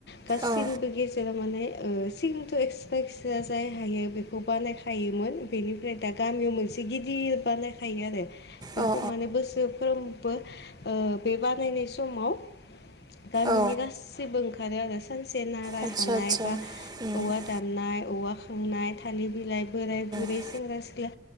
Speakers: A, on the left (about 65°); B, on the right (about 25°).
A: गासिमबो
B: औ
A: गे फोर माने ओ सिंथ' एक्सट्रा-एक्सट्रा जाय हायो बेखौ बानायखायोमोन। बेनिफ्राय दा गामियाव मोनसे गिदिर बानायखायो आरो बेखौ
B: औ
A: माने बोसोरफ्रोम बो ओ बे बानायनाय समाव गामिनि
B: औ
A: गासैबो ओंखारो आरो सानसे नारा
B: आतसा
A: हानाय
B: आतसा
A: बा
B: औ आतसा औ
A: औवा दाननाय औवा खांनाय थालिर बिलाइ बोराय बुरै
B: आतसा
A: सेंग्रा-सिख्ला